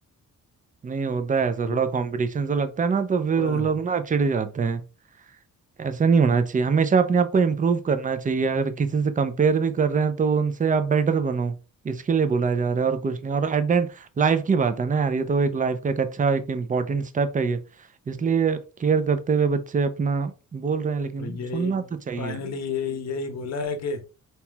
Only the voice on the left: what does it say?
तो
पूरा-
यही
फाइनली यही यही बोला है कि